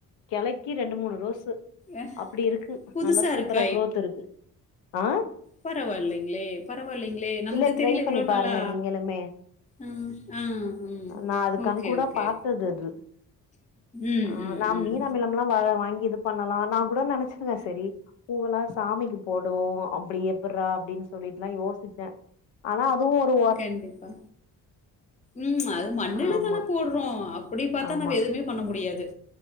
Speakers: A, on the left (about 75°); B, on the left (about 15°).
A: கெளைக்கி ரெண்டு மூணு ரோஸு
B: அ
A: அப்படி இருக்கு
B: புதுசா
A: நல்லா சூப்பரா
B: இருக்கு
A: குரோத் இருக்கு ஆ
B: பரவால்லங்ளே பரவால்லங்ளே நமக்கு
A: இல்ல
B: தெரில
A: ட்ரை
B: இவ்ளோ
A: பண்ணி
B: நாளா
A: பாருங்க நீங்களுமே
B: ம் ஆ ம்
A: நா அது கண்
B: ஓகே
A: கூட
B: ஓகே
A: பாத்தது அது
B: ம்
A: ஆ
B: ம்
A: நா
B: ம்
A: <unintelligible> வா வாங்கி இது பண்ணலா நா கூட நெனச்சிருக்க செரீ பூவல்லா சாமிக்கு போடுவோ அப்படி எப்பர்ரா அப்டின் சொல்லிட்லா யோசிச்ச அனா அதுவு ஒரு
B: கெண்டிப்பா ம் அது மண்ணுல
A: ஆமா
B: தான போடு றோ அப்படி பாத்தா
A: ஆமா
B: நம்ம எதுமே பண்ண முடியாது